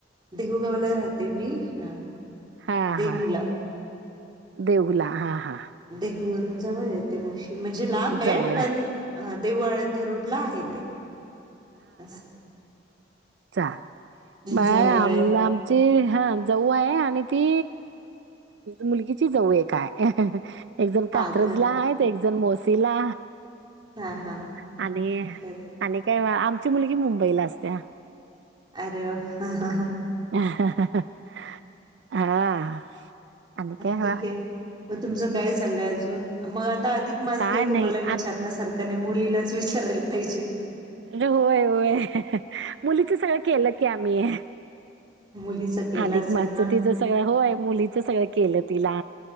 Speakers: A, on the right; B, on the right.
A: देऊगावला राहते मी हा.
B: हा
A: देहुला.
B: हा देऊला हा हां.
A: देहू वून जवळ येत मुशी म्हणजे लांब वेळ
B: जवळ
A: पण.
B: आहे
A: अ देव आळंदी रोडला आहे ते असं
B: चाल म
A: जवळ
B: आम
A: आहे
B: आमची हा जऊ आहे आणि ती. मुलगीची जवऊ एक काय. एक जण
A: हा
B: कात्रजला
A: का
B: आहे एक जण मोसला.
A: हा हा
B: आणि
A: बर
B: आणि काय आमची मुलगी मुंबईला असते.
A: अरे वा हा ह ह.
B: हा. आणि काय हवा
A: ठीक आहे मग तुमचं काय चाललंय अजून मग आता अधिक. माझ
B: काय
A: काही
B: नाही
A: तुम्हाला
B: अरे
A: विचारण्यासारखं नाही मुलीलाच विचारायला पाहिजे.
B: होय होय मुलीच सगळ केलं की आम्ही.
A: मुलीच केलं
B: अधिक
A: असेल
B: मासचं
A: ना?
B: ते जस सगळ होय मुलीच सगळं केलं तिला